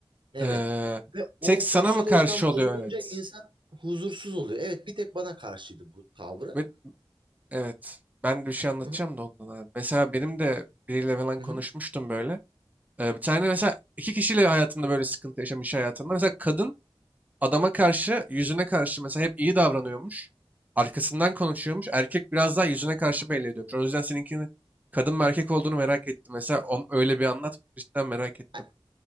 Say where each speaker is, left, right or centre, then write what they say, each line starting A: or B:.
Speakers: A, on the right; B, on the right.
A: evet
B: eee,
A: ve
B: tek
A: o
B: sana
A: sosyal
B: mı karşı
A: ortam
B: oluyor?
A: bozulunca
B: Evet.
A: insan huzursuz oluyor. Evet bir tek bana karşıydı bu tavrı.
B: Ve- evet. Ben de bir şey anlatacağım
A: Hı hı.
B: da ondan abi. Mesela benim de biriyle falan
A: Hı
B: konuşmuştum
A: hı.
B: böyle. Ee, bir tane mesela iki kişiyle hayatında böyle sıkıntı yaşamış hayatında. Mesela kadın adama karşı, yüzüne karşı mesela hep iyi davranıyormuş. Arkasından konuşuyormuş. Erkek biraz daha yüzüne karşı belli ediyormuş. O yüzden seninkinin kadın mı erkek olduğunu merak ettim. Mesela on, öyle bir anlat. Cidden merak ettim.
A: E-